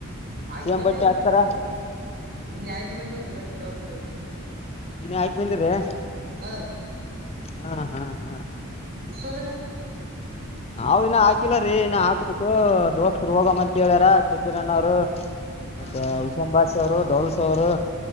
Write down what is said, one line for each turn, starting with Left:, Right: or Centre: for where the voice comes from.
Right: ಹಾಕಿ
Left: ಸೇಮ್
Right: ಬಂದಿವ್ರೀ
Left: ಬಟ್ಟಿ ಹಾಕ್ತಾರ
Right: ಬಟ್ಿ ನಿನ್ನೆ ನಿನ್ನೆ ಆಾ್ಕಿ ಬಂದವ್ರೀ ಬಟ್ಟಿ ದೋಸ್ ರ
Left: ಇನ್ನ ಆಯ್ಕ್ ಬಂದಿ್ರ ಹ್ಮ್
Right: ರೀ
Left: ಹಾ್ ಹ್ಮ್
Right: ಷೋರ
Left: ನಾವವು ಇನ್ನ ಹಾಕಿಲ್ಲ ರೀ ಇನ್ನ ಹಾಕ್ಬಿಟ್ಟು ದೋಸ್ತತ್ರು ಹೋಗ್ ಅಂತತ್ ಹೇಳ್ಯಾರ ಚಬ್ಬೀರನವ್ರು
Right: ಹಾ
Left: ಮತ್ತೆ
Right: ಹಾ
Left: ಉಶಾನ್ ಬಾಸ್ ಾವರು ಡೋಳ ಸ ಅವರು